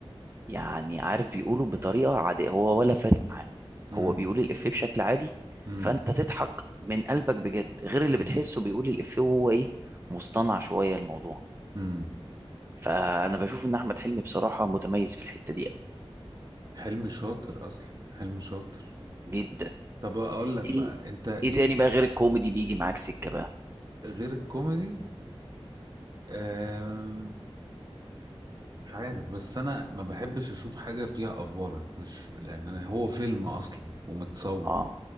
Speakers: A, on the right; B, on the right.
A: يعني عارف بيقوله بطريقة عادية هو ولا فارق معاه
B: امم
A: هو بيقول الإفيه بشكل عادي
B: امم
A: فأنت تضحك من قلبك بجد غير اللي
B: امم
A: بتحسه بيقول الإفيه وهو إيه مصطنع شوية الموضوع
B: أمم.
A: فأنا بشوف إن أحمد حلمي بصراحة متميز في الحتة دي أوي
B: حلمي شاطر اصلا حلمي شاطر
A: جدا
B: طب اقول لك
A: إيه
B: بقى انت ايه
A: إيه تاني بقى غير الكوميدي بيجي معاك سكة بقى
B: غير الكوميدي آم، مش عارف بس انا ما بحبش اشوف حاجه فيها افوره مش لان أنا- هو فيلم اصلا ومتصور
A: آه